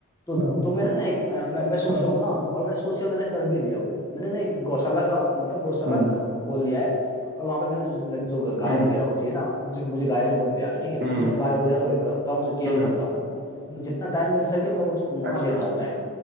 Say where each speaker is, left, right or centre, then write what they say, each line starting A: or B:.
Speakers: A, on the left; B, on the right.
A: तो
B: हाँ
A: तो मैंने ना एक अ, मैं, मैं सोच
B: हाँ
A: रहा हूँ ना और मैंने सोच लिया मैंने कर भी लिया वो मैंने ना एक गौशाला का मतलब गौशाला
B: हुँ,
A: अ, खोल लिया है और वहां पे मैंने जो जो गाय
B: हुँ,
A: वगैरह होती है ना जो मुझे गाय से बहुत प्यार है ठीक है
B: हुँ,
A: तो मैं गाय वगैरह को रखता हूँ उसे केयर
B: हुँ।
A: करता हूँ मुझे जितना टाइम मिल सके मैं उठ वहां
B: अच्छा।
A: देता हूँ टाइम